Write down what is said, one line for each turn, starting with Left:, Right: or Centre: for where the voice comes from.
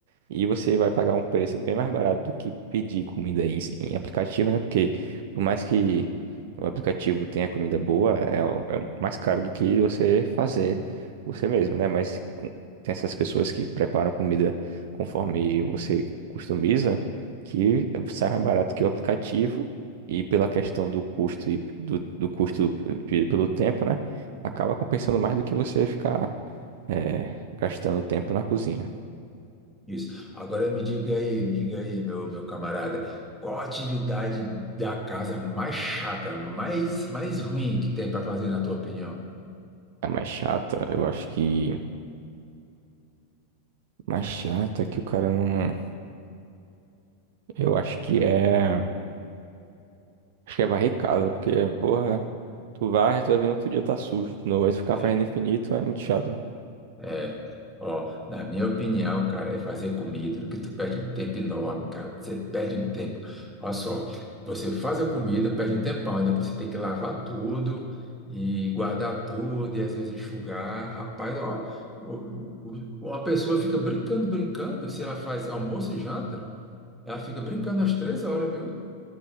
Right: E você vai pagar um preço bem mais barato do que pedir comida em, em aplicativo, né? Porque por mais que o aplicativo tenha comida boa, é, o- é o mais caro do que você fazer você mesmo, né? Mas com- tem essas pessoas que preparam comida conforme você customiza, que sai mais barato que o aplicativo. E pela questão do custo e do, do custo dividido pelo tempo, né? Acaba compensando mais do que você ficar eh, gastando tempo na cozinha.
Centre: Isso. Agora me diga aí, me diga aí, meu, meu camarada, qual a atividade da casa mais chata, mais, mais ruim que tem para fazer, na tua opinião?
Right: A mais chata, eu acho que. Mais chata que o cara não. Eu acho que é. Acho que é varrer casa, porque, porra, tu varre, tu vai vendo outro dia tá sujo de novo, aí tu ficar
Centre: É,
Right: fazendo infinito é muito chato.
Centre: é. Ó, na minha opinião, cara, é fazer comida, que tu perde um tempo enorme, cara. Você perde um tempo. Olha só, você faz a comida, perde um tempão, aí depois você tem que lavar tudo e guardar tudo e às vezes enxugar. Rapaz, ó, o- o- uma pessoa fica brincando, brincando, se ela faz almoço e janta. Ela fica brincando às três horas, viu?